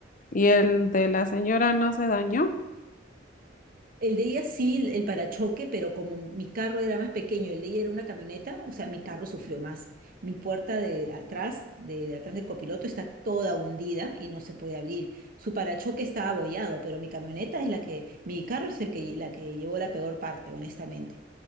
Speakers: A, on the left; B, on the right.
A: ¿Y el de la señora no se dañó?
B: El de ella sí, el el parachoque, pero como mi carro era más pequeño, el de ella era una camioneta, o sea, mi carro sufrió más. Mi puerta de atrás, de atrás del copiloto, está toda hundida y no se puede abrir. Su parachoque está abollado, pero mi camioneta es la que, mi carro es el que, la que llevó la peor parte, honestamente.